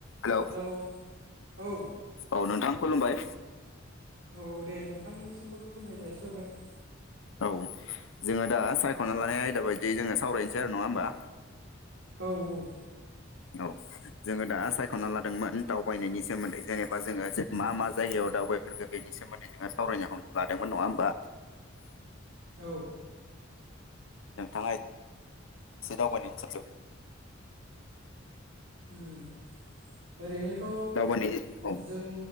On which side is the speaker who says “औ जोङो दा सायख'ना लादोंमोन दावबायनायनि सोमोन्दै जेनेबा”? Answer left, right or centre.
Left